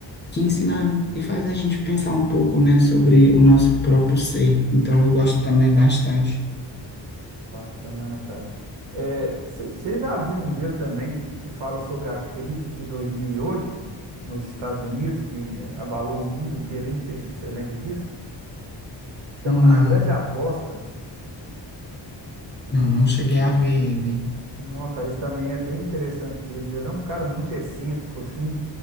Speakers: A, on the left (about 25°); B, on the right (about 85°).
A: que ensina e faz a gente pensar um pouco, né, sobre o nosso próprio ser. Então, eu gosto também bastante.
B: Bacana, cara. Você já viu um dele também que, que fala sobre a crise de 2008 nos Estados Unidos, que abalou o mundo inteiro? aí? Não sei se você lembra disso. Chama
A: Não.
B: A Grande Aposta.
A: Não, não cheguei a ver ele.
B: Não, cara, esse também é bem interessante dele. viu? Ele é um cara muito excêntrico, assim,